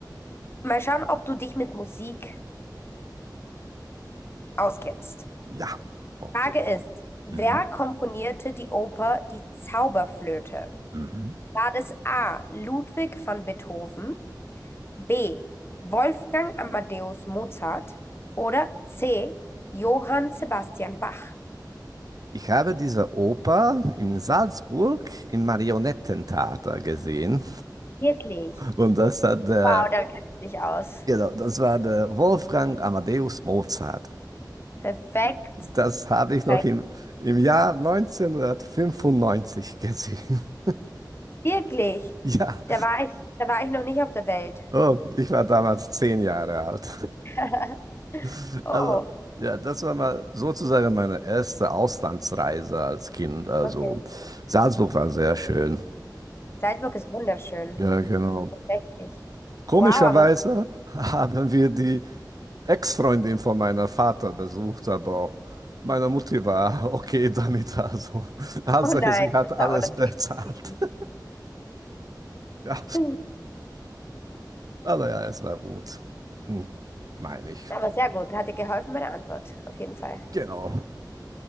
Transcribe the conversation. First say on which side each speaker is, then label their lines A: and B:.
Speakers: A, on the left (about 35°); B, on the right (about 55°).
A: Mal schauen, ob du dich mit Musik auskennst.
B: Ja, okay.
A: Frage ist, wer
B: Mhm.
A: komponierte die Oper Die Zauberflöte?
B: Mhm.
A: War es A. Ludwig van Beethoven, B. Wolfgang Amadeus Mozart oder C. Johann Sebastian Bach?
B: Ich habe diese Oper in Salzburg im Marionettentheater gesehen.
A: Wirklich?
B: Und das hat der,
A: Wow, dann kennst du dich aus.
B: genau, das war der Wolfgang Amadeus Mozart.
A: Perfekt.
B: Das habe ich
A: Nein,
B: noch im, im Jahr neunzehnhundertfünfundneunzig gesehen. <laughs>
A: Wirklich?
B: Ja,
A: Da war ich, da war ich noch nicht auf der Welt.
B: oh, ich war damals zehn Jahre alt.
A: <laughs>
B: <laughs>
A: Oh,
B: Aber ja, das war mal sozusagen meine erste Auslandsreise als Kind. Also
A: okay.
B: Salzburg war sehr schön.
A: Salzburg ist wunderschön.
B: Ja, genau.
A: Richtig.
B: Komischerweise
A: Wow, aber
B: <laughs> haben wir die Ex-Freundin von meiner Vater besucht, aber meiner Mutti war <laughs> okay damit. Also, <laughs> Hauptsache,
A: oh nein,
B: sie hat
A: das war
B: alles
A: unangenehm.
B: bezahlt. <laughs> Ja,
A: Ja,
B: aber ja, es war gut. Hm, Meine ich.
A: Aber sehr gut, hat dir geholfen meine Antwort, auf jeden Fall.
B: Genau.